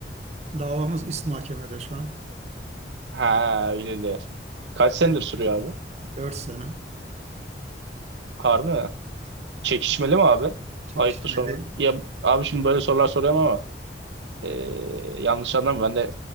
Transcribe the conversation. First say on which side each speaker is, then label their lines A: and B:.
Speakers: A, on the right (about 35°); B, on the right (about 80°).
A: Davamız üst mahkemede şu an.
B: Ha öyle de. Kaç senedir sürüyor abi?
A: dört sene
B: Harbi mi? Çekişmeli mi abi?
A: çekişmeli.
B: Ayıptır sormak. Ya abi şimdi böyle sorular soruyorum ama e, yanlış anlama ben de